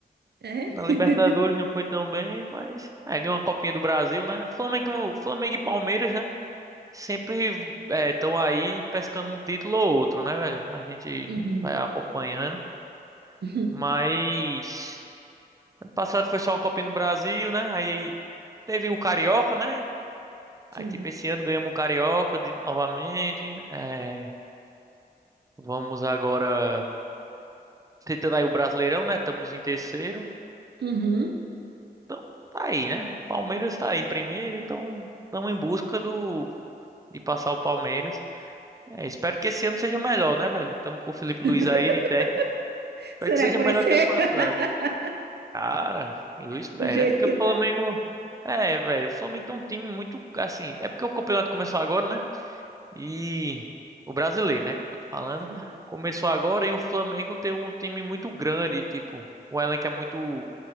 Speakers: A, on the right (about 75°); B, on the right (about 20°).
A: É?
B: Na Libertadores
A: <laughs>
B: não foi tão bem, mas é, ganhou uma Copinha do Brasil, né? Flamengo, Flamengo e Palmeiras, né? Sempre estão aí pescando um título ou outro, né, velho? A gente
A: Uhum.
B: vai acompanhando.
A: Uhum.
B: Mas ano passado foi só uma Copinha do Brasil, né? Aí teve o Carioca, né?
A: Sim.
B: Aí, tipo, esse ano ganhamos o Carioca de- novamente. É, vamos agora tentando aí o Brasileirão, né? Estamos em terceiro.
A: Uhum.
B: Então, tá aí, né? Palmeiras tá aí em primeiro, então estamos em busca do de passar o Palmeiras. É, espero que esse ano seja melhor, né, velho? Estamos com o Felipe
A: <laughs>
B: Luiz aí de técnico. Espero
A: Será
B: que seja
A: que
B: melhor
A: vai ser
B: que ano passado.
A: <laughs>
B: Cara, eu espero.
A: do jeito
B: É porque
A: que
B: o
A: tá?
B: Flamengo. É, velho, o Flamengo tem um time muito, assim, é porque o campeonato começou agora, né? E o brasileiro, né, que eu tô falando,
A: Sim.
B: começou agora e o Flamengo tem um time muito grande, tipo, o elenco é muito,